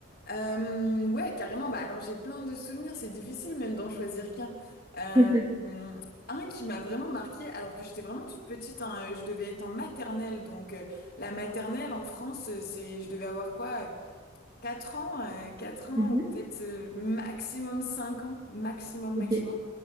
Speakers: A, on the left; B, on the right.
A: Euh, ouais, carrément. Bah, alors j'ai plein de souvenirs, c'est difficile même d'en choisir qu'un. Euh,
B: <laughs>
A: un qui m'a vraiment marqué, alors que j'étais vraiment toute petite, hein, je devais être en maternelle. Donc euh, la maternelle en France, euh, c'est, je devais avoir quoi, euh, Quatre ans, euh, 4 ans
B: Mhm.
A: ou peut-être euh, maximum 5 ans, maximum, maximum.
B: Ok.